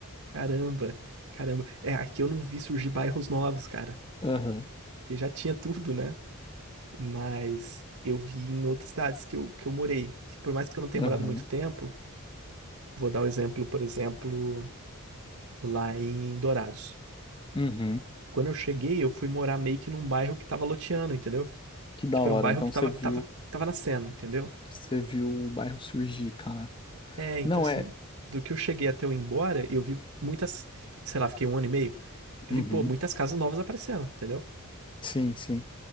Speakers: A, on the right (about 75°); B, on the left (about 20°).
A: Caramba, caramba. É, aqui eu não vi surgir bairros novos, cara.
B: Aham,
A: Que já tinha tudo, né? Mas eu vi em outras cidades que eu, que eu morei. Que por mais que eu não tenha morado
B: aham,
A: muito tempo, vou dar o exemplo, por exemplo, lá em Dourados.
B: uhum.
A: Quando eu cheguei, eu fui morar meio que num bairro que tava loteando, entendeu?
B: Que da
A: Tipo,
B: hora.
A: era um bairro
B: Então
A: que
B: você
A: tava,
B: viu,
A: tava, tava nascendo, entendeu?
B: você viu o bairro surgir, cara.
A: É, então
B: Não
A: assim,
B: é.
A: do que eu cheguei até eu ir embora, eu vi muitas, sei lá, fiquei um ano e meio, eu
B: Uhum.
A: vi, pô, muitas casas novas aparecendo, entendeu?
B: Sim, sim.